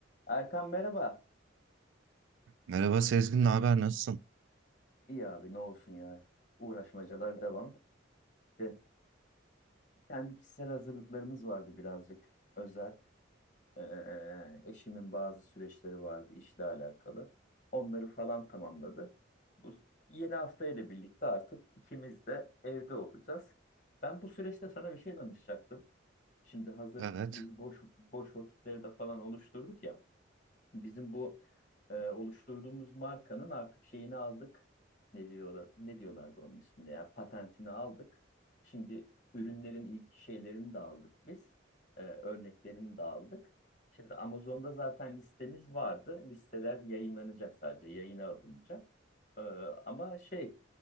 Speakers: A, on the left; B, on the right.
A: Erkan merhaba.
B: Merhaba Sezgin, ne haber, nasılsın?
A: İyi abi ne olsun ya. Uğraşmacalar devam. De, kendi kişisel hazırlıklarımız vardı birazcık özel. Ee, eşimin bazı süreçleri vardı işle alakalı. Onları falan tamamladı. Bu yeni hafta ile birlikte artık ikimiz de evde olacağız. Ben bu süreçte sana bir şey danışacaktım. Şimdi hazır
B: Evet,
A: biz boş boş vakitleri de falan oluşturduk ya. bizim bu e, oluşturduğumuz markanın artık şeyini aldık. Ne diyorlar? Ne diyorlardı onun ismini ya? Patentini aldık. Şimdi ürünlerin ilk şeylerini de aldık biz. E, örneklerini de aldık. Şimdi Amazon'da zaten listemiz vardı. Listeler yayınlanacak sadece, yayına alınacak. E, ama şey,